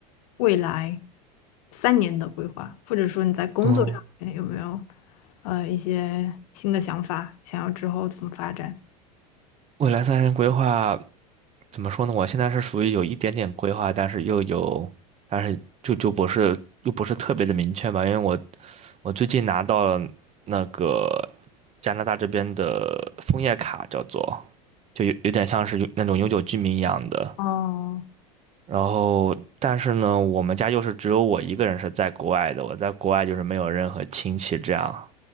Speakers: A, on the left; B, on the right.
A: 未来三年的规划，或者说你在工作上面有没有
B: 嗯，
A: 呃一些新的想法，想要之后怎么发展？
B: 未来三年规划，怎么说呢？我现在是属于有一点点规划，但是又有，但是就就不是又不是特别的明确吧，因为我我最近拿到了那个加拿大这边的枫叶卡，叫做就有有点像是有那种永久居民一样的。
A: 哦
B: 然后，但是呢，我们家又是只有我一个人是在国外的，我在国外就是没有任何亲戚这样。